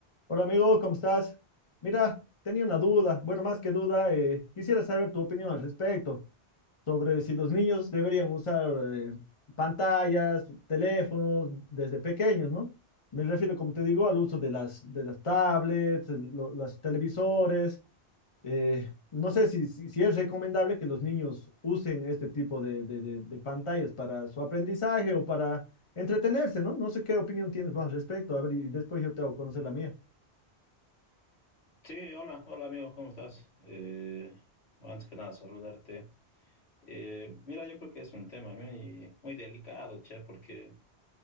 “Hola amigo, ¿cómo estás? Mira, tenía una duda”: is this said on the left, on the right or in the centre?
Left